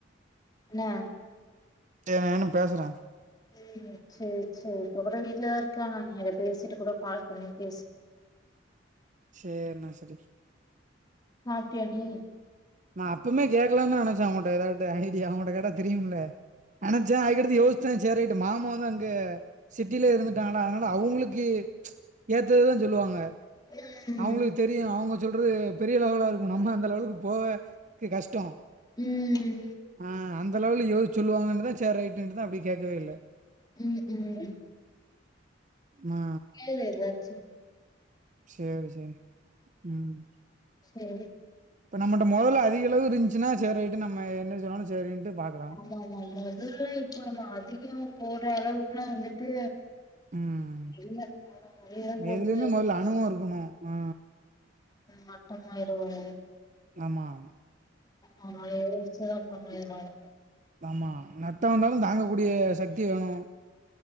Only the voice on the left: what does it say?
ன்னே
ம் சேரி சேரி இப்ப கூட வீட்டுலதா இருக்காங்க நீ அத பேசிட்டு கூட கால் பன்னி பேஸ்
சாப்ட்டியா நீ
ம்
ம்
ம் ம்
கீழ எதாச்சி
செரி
நா நல்லதூ இப்ப நம்ம அதிகம் போட்ற அளவுக்குலா வந்துட்டு
இல்ல நெல்லப் போட்டு
மட்டமா இது ஒரு
அதனால எழுந்துச்சுதா பண்ணு எதுனாலு